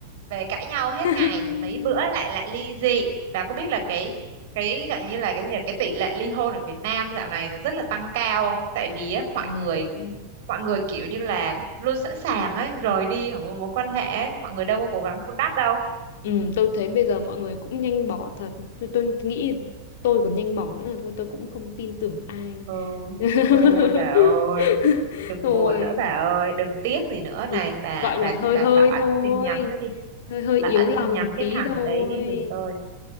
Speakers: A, on the right; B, on the left.
A: về cãi nhau hết
B: <laughs>
A: ngày rồi mấy bữa lại lại ly dị bà có biết là cái cái gọi như là cái gì là cái tỷ lệ ly hôn ở Việt Nam dạo này nó rất là tăng cao không tại vì á, mọi
B: ừm
A: người mọi người kiểu như là luôn sẵn sàng ấy rời đi khỏi một mối quan hệ ấy. mọi người đâu có cố gắng vun đắp đâu
B: Ừ, tôi thấy bây giờ mọi người cũng nhanh bỏ thật tôi tôi nghĩ tôi còn nhanh bỏ nữa là thôi tôi cũng không tin tưởng ai
A: ừ
B: <laughs>
A: thôi bà ơi đừng
B: rồi
A: buồn nữa bà ơi đừng tiếc gì nữa này
B: thì
A: bà
B: gọi
A: bà
B: là hơi
A: bà
B: hơi
A: bà ẩn
B: thôi
A: tin nhắn nó đi
B: hơi hơi
A: bà
B: yếu
A: ẩn
B: lòng
A: tin nhắn
B: một
A: cái
B: tí
A: thằng
B: thôi
A: đấy đi giùm tôi